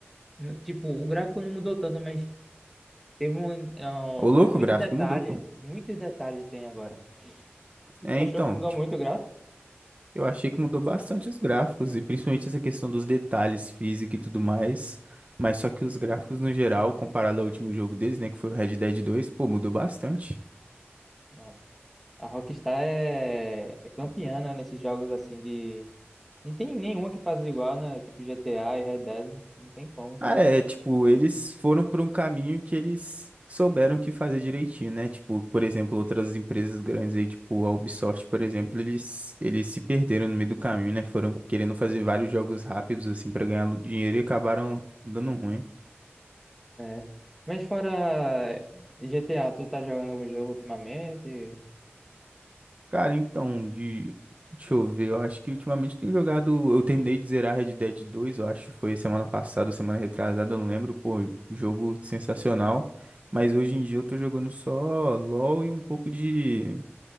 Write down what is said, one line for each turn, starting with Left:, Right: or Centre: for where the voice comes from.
Centre: N- Tipo, o gráfico não mudou tanto, mas teve um, ah,
Right: Ô, louco,
Centre: muitos
Right: o gráfico
Centre: detalhes.
Right: mudou, pô.
Centre: Muitos detalhes tem agora.
Right: É,
Centre: Tu achou
Right: então.
Centre: que mudou muito o gráfico?
Right: Eu achei que mudou bastante os gráficos, e principalmente essa questão dos detalhes física e tudo mais. Mas só que os gráficos, no geral, comparado ao último jogo deles, né, que foi o Red Dead 2, pô, mudou bastante.
Centre: Nossa. A Rockstar é, é campeã, né, nesses jogos assim de. Não tem nenhuma que faz igual, né? Tipo GTA e Red Dead. Não tem como.
Right: Ah, é, tipo, eles foram por um caminho que eles souberam que fazer direitinho, né? Tipo, por exemplo, outras empresas grandes aí, tipo a Ubisoft, por exemplo, eles, eles se perderam no meio do caminho, né? Foram querendo fazer vários jogos rápidos, assim, pra ganhar dinheiro e acabaram dando ruim.
Centre: É. Mas fora GTA, tu tá jogando algum jogo ultimamente?
Right: Cara, então, de... deixa eu ver, eu acho que ultimamente tenho jogado. Eu terminei de zerar Red Dead dois eu acho que foi semana passada, semana retrasada, eu não lembro, pô, jogo sensacional. Mas hoje em dia eu tô jogando só LoL e um pouco de